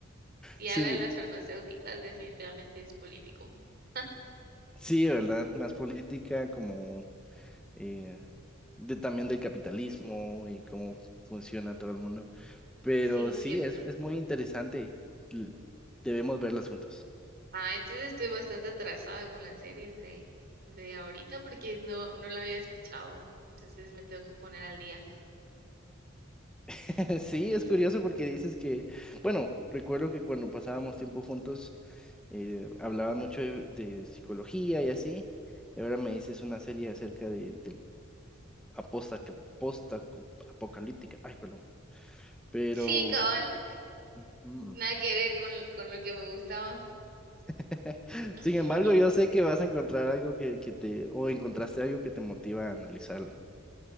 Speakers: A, on the right; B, in the centre.
A: Si
B: Sí,
A: habla de las farmacéuticas, definitivamente es político. <laughs>
B: sí, ¿verdad? Más política como eh, de, también del capitalismo y cómo funciona todo el mundo. Pero
A: Sí, es
B: sí,
A: cierto.
B: es, es muy interesante. L- Debemos verlas juntos.
A: Ah, entonces estoy bastante atrasada con las series de, de ahorita porque no, no la había escuchado, entonces me tengo que poner al día.
B: <laughs> Sí,
A: <laughs>
B: es curioso porque dices que, bueno, recuerdo que cuando pasábamos tiempo juntos eh, hablaban mucho de, de psicología y así, y ahora me dices una serie acerca de, del aposta- que- posta- co- apocalíptica. Ay, perdón Pero,
A: Sí, cabal,
B: ujú.
A: nada que ver con, con lo que me gustaba.
B: <laughs>
A: <laughs>
B: sin embargo, yo sé que vas a encontrar algo que, que te, o encontraste algo que te motiva a analizarlo.